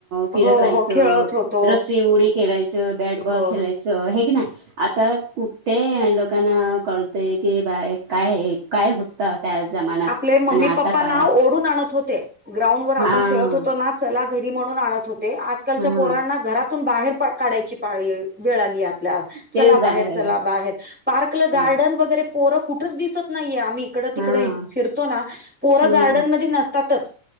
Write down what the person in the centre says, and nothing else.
हो
हो खेळत होतो
हो
आपले मम्मी
पप्पा
ना ओढून आणत होते. ग्राउंडवर आपण
खेळत होतो ना, चला घरी म्हणून आणत होते. आजकालच्या
पोरांना घरात <unintelligible> बाहेर काढायची पाळी वेळ आली आपल्यावर. चला
बाहेर चला बाहेर पार्कला गार्डन
वगैरे पोरं कुठ दिसत नाहीे. आम्ही इकडं तिकडं
फिरतो ना, पोरं
गार्डन मध्ये नसतातच.